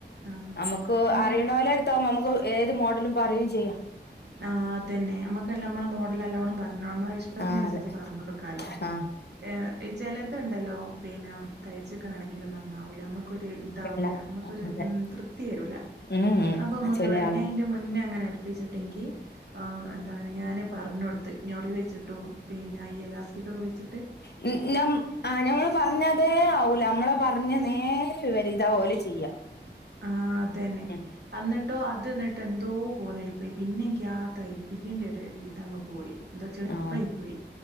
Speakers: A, on the right (about 65°); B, on the left (about 60°).
A: ആഹ്
B: അമ്മക്കു
A: ചില
B: അറിയ്ണോലെട് താ വു പ്പൊ ഏത് മോഡലും പറയെം ചെയ്യാ.
A: ആഹ് അതെന്നെ അമ്മക്കല്ല അമ്മളെ മോഡല്ലല്ലോണം പറഞ്ഞോ അമ്മളെ ഇഷ്ടത്തിനന്സരിച്ച്
B: ആ അതെ
A: പർണോട് കാ ൽ ട്ടോ
B: ആ
A: ഏ ഇ ചെലത്ണ്ടല്ലോ പിന്ന തയ്ച്ചക്കാണെങ്കില് നന്നാവൂല മ്മ ക് ഒര് താ
B: ഇല്ല
A: വൂല മ്മ കൊര്
B: അതെ
A: മ് തൃപ്തി വെരൂല
B: ഉം
A: അപ്പം മ്മക്ക്
B: ചില
A: വെ
B: ആള്
A: ങേ ന്റെ മുന്നെ ങ്ങനെ ഇൻ യ് ക് ആ എന്താണ് ഞാന് പറ്ഞ്ഞോട്ത്ത് ഞൊറി വെച്ചിട്ടും പിന്ന ഈ എലാസ് ഇക്കൊക്കെ വെച്ച്ട്ട്
B: മ് മ് ഞ്ഞം ഞമ്മള് പറഞ്ഞതേ ആവൂല അമ്മളെ പറഞ്ഞ നേരെ വിവരിത ഓല് ചെയ്യാ.
A: ആ അതെന്നെ
B: ഉം
A: അന്ന് ട്ടോ അത് ന്ന്ട്ട് എന്തോ പോലയി പോയ് പിന്നെഇൻയ്ക് ആ തൈപിക്യ ണ്ട്യൊര് ഇത് അങ്ങ് പോയി. ന്തോ ചട്പ്പയ്
B: ആ
A: പോയി.